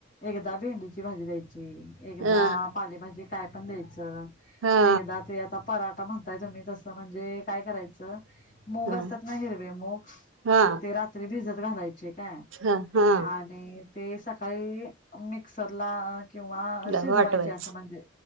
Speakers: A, on the left (about 40°); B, on the right (about 75°).
A: एकदा भेंडीची भाजी द्यायची, एकदा
B: हा
A: पालेभाजी काय पण द्यायच,
B: हा
A: एकदा ते आता पराठा म्हणताय तुम्ही तसं म्हणजे काय करायचं च मूग
B: हा
A: असतात ना हिरवे मुग
B: हा
A: ते रात्री भिजत घालाय ते काय
B: हा हा
A: आणि ते सकाळी मिक्सर ला किंवा
B: तुला
A: शीजवायची
B: वाटवायचं
A: असं म्हणजे